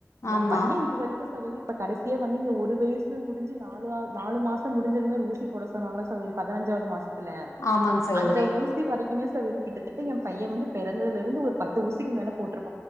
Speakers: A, on the left; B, on the right.
A: ஆமா
B: எ பைய இது வரைக்கு சகோதரி இப்ப கடைசியா வந்து இந்த ஒரு வயசு முடிஞ்சு நாலு அ நாலு மாச முடிஞ்சதுமே ஒரு ஊசி போட சொன்னாங்கள சகோதரி பதினஞ்சாவது மாச தில்ல
A: ஆமாங்க சகோதரி
B: அந்த ஊசி தி வரைக்குமே சகோதரி கிட்டத்தட்டு என் பைய வந்து பிறந்ததுல இருந்து ஒரு பத்து ஊசிக்கு மேல போட்டிருப்